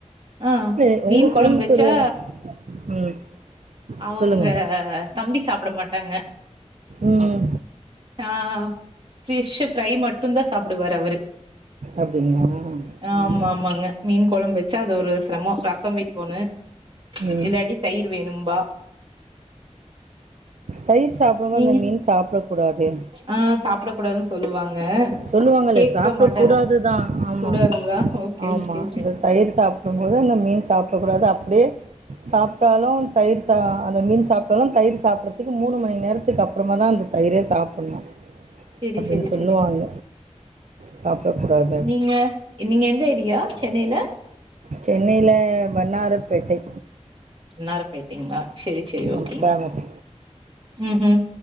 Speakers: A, on the right (about 50°); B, on the right (about 75°).
A: ஆ
B: ஏய்
A: மீன்
B: உங்க
A: கொழம்பு
B: கோயம்புத்தூரு
A: வெச்சா
B: ம்
A: அவங்க
B: சொல்லுங்க
A: தம்பி சாப்ட மாட்டாங்க
B: ம்
A: ஆ பிஷ் ஃப்ரை மட்டு தா சாப்பிடுவாரு அவரு
B: அப்டிங்களா ம்
A: ஆமா ஆமாங்க மீன் கொழம்பு வச்சு அது ஒரு சிரமோ ரசம் வெக்கோணு
B: ம்
A: இல்லாட்டி தயிர் வேணும்பா
B: தயிர் சாப்பிடும்
A: நீங்க
B: அந்த மீன் சாப்டக் கூடாதே
A: ஆ சாப்ட கூப்டாதனு சொல்லுவாங்க
B: சொல்லுவாங்கல்ல
A: கேக்க
B: சாப்பிடக்கூடாது
A: மாட்டாரு
B: தா ஆமா
A: கூடாதுதா ஓகே
B: ஆமா
A: ஓகே
B: அந்த தயிர் சாப்டும்போது அந்த மீன் சாப்டக்கூடாது அப்டியே சாப்டாலு தயிர் சா அந்த மீன் சாப்டாலு தயிர் சாப்பிட்றதுக்கு மூணு மணி நேரத்துக்கு அப் ப்றமா தா அந்த தயிரே சாப்புட்ணு
A: செரி
B: அப்டின்னு
A: செரி
B: சொல்லுவாங்க
A: செரி செரி
B: சாப்டக்கூடாது
A: நீங்க நீங்க எந்த ஏரியா சென்னையில
B: சென்னையில வன்னாரப்பேட்டை
A: வன்னாரப்பேட்டைங்ளா செரி செரி ஓகேங்
B: ஆமா ஃபேமஸ்
A: ம் ம்